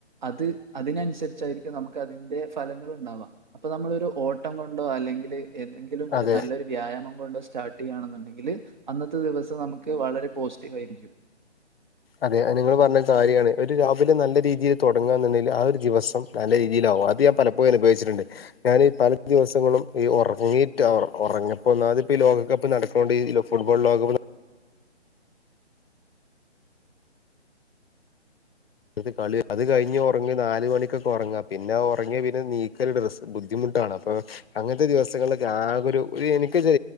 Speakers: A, on the right; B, on the left.
A: അത് അതിനനുസരിച്ചായിരിക്കും നമുക്ക് അതിന്റെ ഫലങ്ങ ഉണ്ടാവാം. അപ്പൊ നമ്മള ഒരു ഓട്ടം കൊണ്ടോ അല്ലെങ്കിൽ ഏതെങ്കിലും ഒരു
B: അതെ
A: നല്ലൊരു വ്യായാമം കൊണ്ട് സ്റ്റാർട്ട് ചെയ്യണെന്നുണ്ടെങ്കിൽ അന്നത്തെ ദിവസം നമുക്ക് വളരെ പോസിറ്റീവ് ആയിരിക്കും.
B: അതെ നിങ്ങൾ പറഞ്ഞരു കാര്യാണ് ഒരു രാവിലെ നല്ല രീതിയിൽ തുടങ്ങുകന്നുണ്ടെങ്കിൽ ആഹ് ഒരു ദിവസം നല്ല രീതിയിലോ അത് ഞാൻ പലപ്പോഴും അഹ് ഉപയിച്ചിട്ടുണ്ട്. ഞാൻ പല ദിവസങ്ങളും ഈ ഉറങ്ങിയിട്ട് ഉറങ്ങിയപ്പോ ഒന്നാതിപ്പ ലോകകപ്പ് നടക്കണ്ട് ഈ ഫുട്ബോൾ ഉം. അത് കളി അത് കഴിഞ് ഉറങ്ങി നാല് മണിക്കൊക്കെ ഉറങ്ങാ, പിന്നെ ഉറങ്ങിയ പിന്നെ നീ ഒ ബുദ്ധിമുട്ടാണ് അപ്പൊ അങ്ങനത്തെ ദിവസങ്ങളിലൊക്കെ ആ ഒരു എനക്ക് ചെ